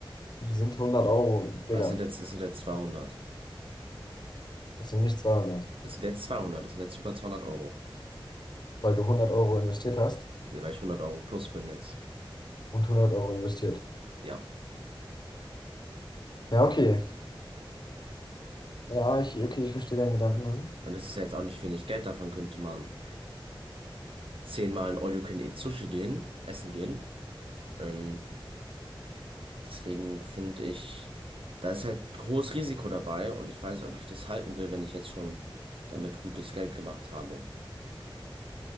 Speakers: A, on the left (about 50°); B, on the right (about 75°).
A: sind 100 Euro,
B: Was
A: Digga.
B: sind jetzt, es sind jetzt 200.
A: Das sind nicht 200,
B: Es sind jetzt 200, es sind jetzt über 200 Euro.
A: weil du 100 Euro investiert hast
B: Ne, weil ich 100 Euro plus bin jetzt.
A: und 100 Euro investiert.
B: Ja.
A: Ja, okay. Ja, ich, okay, ich verstehe deinen Gedankengang.
B: Und das ist ja jetzt auch nicht wenig Geld, davon könnte man zehnmal in All-You-Can-Eat Sushi gehen, essen gehen. Ähm, deswegen finde ich, da ist halt hohes Risiko dabei und ich weiß nicht, ob ich das halten will, wenn ich jetzt schon damit gutes Geld gemacht habe.